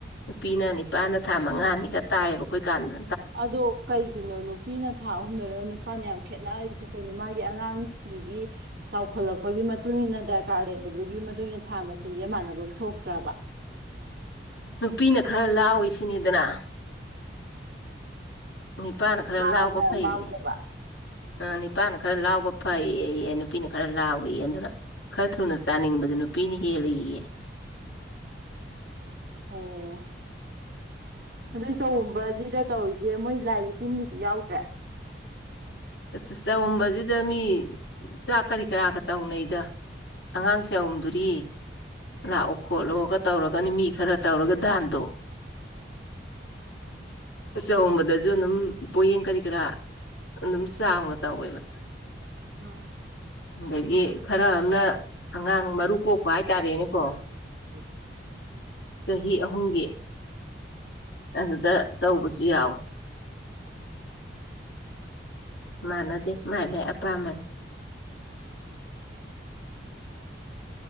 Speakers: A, on the left; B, on the right.
A: ꯅꯨꯄꯤꯅ ꯅꯤꯄꯥꯅ ꯊꯥ ꯃꯉꯥꯅꯤ ꯀꯥꯢꯅ ꯇꯥꯏꯌꯦꯕ ꯑꯩꯈꯣꯏꯀꯥꯟꯗ
B: ꯑꯗꯣ ꯀꯩꯒꯤꯅꯣ ꯅꯨꯄꯤꯅ ꯊꯥ ꯑꯍꯨꯝꯗ ꯑꯣꯢꯔꯒ ꯅꯨꯄꯥꯅ ꯌꯥꯝ ꯈꯦꯠꯅꯔꯤꯁꯦ ꯀꯩꯅꯣ ꯃꯥꯒꯤ ꯑꯉꯥꯡꯁꯤꯒꯤ ꯆꯥꯎꯈꯠꯂꯛꯄꯒꯤ ꯃꯇꯨꯡ ꯏꯟꯅ ꯗꯔꯀꯥꯔ ꯂꯩꯕꯗꯨꯒꯤ ꯃꯇꯨꯡꯟꯅ ꯊꯥ ꯃꯁꯤꯡꯁꯦ ꯃꯥꯟꯅꯕꯝ ꯊꯣꯛꯇ꯭ꯔꯕ
A: ꯅꯨꯄꯤꯅ ꯈꯔ ꯂꯥꯎꯢꯁꯤꯅꯤꯗꯅ ꯅꯤꯄꯥꯥꯅ ꯈꯔ
B: ꯃꯥꯅ
A: ꯂꯥꯎꯕ ꯐꯩꯌꯦ
B: ꯂꯥꯎꯗꯕ
A: ꯑ ꯅꯤꯄꯥꯅ ꯈꯔ ꯂꯥꯎꯕ ꯐꯩꯌꯦ ꯅꯨꯄꯤꯅ ꯈꯔ ꯂꯥꯎꯏ ꯑꯗꯨꯅ ꯈꯔ ꯊꯨꯅ ꯆꯥꯅꯤꯡꯕꯗꯤ ꯅꯨꯄꯤꯅ ꯍꯦꯜꯂꯦꯌꯦ
B: ꯑꯣ ꯑꯗꯨꯗꯤ ꯆꯥꯎꯨꯝꯕꯖꯤꯗꯥ ꯇꯧꯔꯤꯖꯦ ꯃꯣꯏ ꯂꯥꯏꯒꯤ ꯇꯤꯟꯒꯤꯗꯤ ꯌꯥꯎꯗ꯭ꯔꯦ
A: ꯑꯁ ꯆꯨꯝꯕꯖꯤꯗꯥ ꯃꯤ ꯆꯥꯛ ꯀꯔꯤ ꯀꯔꯥꯒꯥ ꯇꯧꯅꯩꯗ ꯑꯉꯥꯡ ꯆꯥꯎꯨꯝꯗꯨꯔꯤ ꯂꯥꯛꯑꯣ ꯈꯣꯠꯂꯣꯒꯥ ꯇꯧꯔꯒꯅꯤ ꯃꯤ ꯈꯔ ꯇꯧꯔꯒꯥ ꯗꯥꯟꯗꯣ ꯆꯥꯎꯨꯝꯕꯗꯥꯖꯨ ꯑꯗꯨꯝ ꯄꯣꯌꯦꯡ ꯀꯔꯤ ꯀꯔꯥ ꯑꯗꯨꯝ ꯆꯥꯎꯅ ꯇꯧꯋꯦꯕ
B: ꯑꯥꯝ
A: ꯑꯗꯥꯒꯤ ꯈꯔ ꯑꯃꯅ ꯑꯉꯥꯡ ꯃꯔꯨ ꯀꯣꯛꯄ ꯍꯥꯏꯇꯥꯔꯦꯅꯦꯀꯣ
B: <unintelligible>
A: ꯆꯍꯤ ꯑꯍꯨꯝꯒꯤ ꯑꯗꯨꯗꯥ ꯇꯧꯕꯖꯨ ꯌꯥꯎꯋꯦ ꯃꯥꯟꯅꯗꯦ ꯃꯥꯏ ꯃꯥꯏ ꯑꯄꯥꯝꯕꯅꯤ